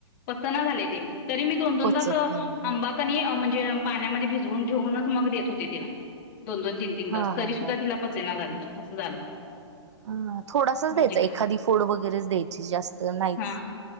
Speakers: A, on the left; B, on the right.
A: पचना झाले ते तरी मी दोन दोन
B: पचत
A: तास आंबा
B: नाही हा
A: कणी ते पाण्यामध्ये भिजून ठेवूनच मग देत होते तिला. दोन- दोन तीन- तीन
B: हा
A: तास
B: हा
A: तरी
B: हा
A: सुद्धा तिला पचेना झालेय, असं झालं.
B: अ थोडासाच
A: म्हणजे
B: द्यायचा एखादी
A: का
B: फोड वगैरेच द्यायची, जास्त नाहीच.
A: हा